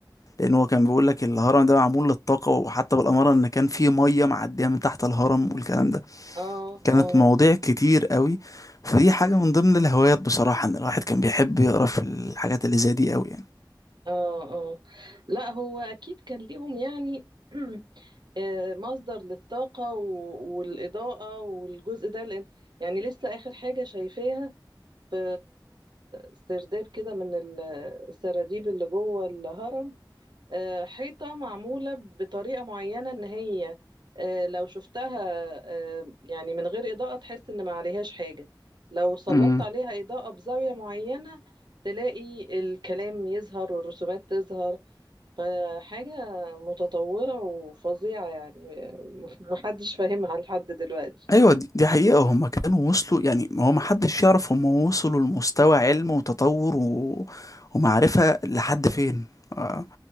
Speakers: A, on the left (about 45°); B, on the right (about 65°).
A: لان هو كان بيقول لك الهرم ده معمول للطاقة وحتى بالأمارة ان كان في مية معدية من تحت الهرم والكلام ده
B: اه
A: كانت
B: اه
A: مواضيع كتير قوي فدي حاجة من ضمن الهوايات بصراحة ان الواحد كان بيحب يقرا في الحاجات اللي زي دي قوي
B: اه اه لا هو اكيد كان ليهم يعني <clears throat> آه، مصدر للطاقة و- والإضاءة والجزء ده لأن يعني لسه آخر حاجة شايفاها في سرداب كده من السراديب اللي جوه الهرم آه، حيطة معمولة بطريقة معينة إن هي آه، لو شفتها آه، يعني من غير إضاءة تحس إن ما عليهاش حاجة لو سلطت
A: يعني
B: عليها إضاءة بزاوية معينة تلاقي الكلام يظهر والرسومات تظهر فحاجة متطورة وفظيعة يعني <laughs> محدش فاهمها لحد دلوقتي
A: ايوه دي دي حقيقة هم كانوا وصلوا يعني هو ما حدش يعرف هم وصلوا لمستوى علم وتطور و... ومعرفة لحد فين آه،